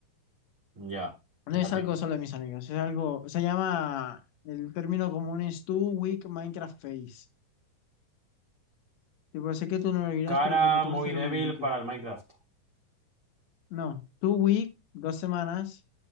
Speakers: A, on the right; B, on the left.
A: Ya,
B: No
A: la
B: es
A: típica.
B: algo solo de mis amigos, es algo, se llama, el término común es two week Minecraft face. Tipo, sé que tú no lo dirás,
A: Cara
B: pero porque tú
A: muy
B: no estás
A: débil
B: en el mundillo.
A: para el Minecraft.
B: No, two week, dos semanas,